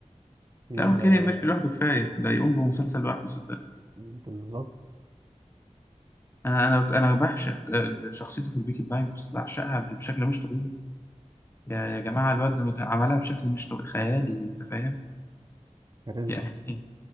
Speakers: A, on the right (about 35°); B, on the left (about 20°).
A: في
B: لا هو كيليان
A: آه،
B: ميرفي لوحده كفايه ده يقوم بمسلسل لوحده صدقني
A: بالظبط
B: انا انا انا بعشق آه، شخصيته في البيكي بلايندرز بعشقها بشكل مش طبيعي يا يا جماعة الواد مك- عملها بشكل مش طبيعي خيالي أنت فاهم؟
A: كاريزما
B: يعني